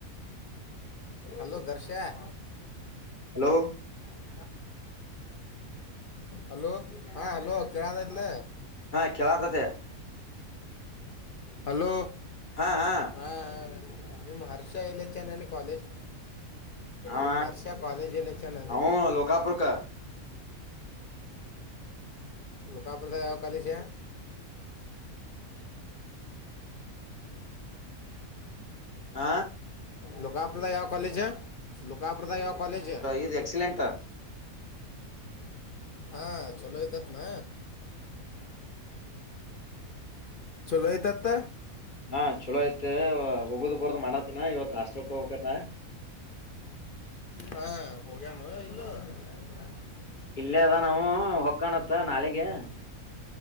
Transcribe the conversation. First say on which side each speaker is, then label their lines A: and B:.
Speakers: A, on the left (about 60°); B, on the left (about 35°).
A: Hello ದರ್ಶೆ. <inaudible>
B: Hello
A: <inaudible> hello ಹಾ ಹಲೋ ಕೇಳ ಕತ್ತಲ.
B: ಹಾ ಕೆಲಾತತೆ.
A: <inaudible> ಹಲೋ
B: ಹಾ ಹಾ
A: ಹ. ನಿಮ್ಮ ಹರ್ಷ ಇಲ್ಲ ಚೆನ್ನನ ಕಾಲೇಜ್.
B: ಅವ
A: ನಿಮ್ಮ ಹರ್ಷ ಕಾಲೇಜ ಜಿಲ್ಲ ಚನ್ನಂತೆ
B: ಅವ
A: <inaudible> <inaudible>
B: ಲೋಕಾಪುರ್ಕ
A: ಲೋಕಪುರದಲ್ಲಿ ಯಾವ ಕಾಲೇಜು. <inaudible> <inaudible>
B: ಹ
A: ಲೋಕಪುರದಾಗ ಯಾವ ಕಾಲಜ ಹ ಲೋಕಾಪುರದ ಯಾವ ಕಾಲಜ ಹ.
B: ಇದು ಎಕ್ಸಿಲೆಂಟಾ.
A: ಹಾ ಚಲೋಯತತ್ ನ. ಚಲೋಯತತ್ತ.
B: ಹಾ ಚಲೋ ಐತ್ ಉಗದ್ ಬರ್ದ ಮಾಡತ್ನ ಇವತ್ ಹಸ್ಕ್ಕ ಹೋಗಬೇಕತ್ತ.
A: ಹಾ ಹೊಗ ನ ಇಲ್ಲ. <unintelligible>
B: ಇಲ್ಲೇ ಅದ ನಾವು ಹೊಕ್ಕಾಣತ್ತ ನಾಲಿಗೆ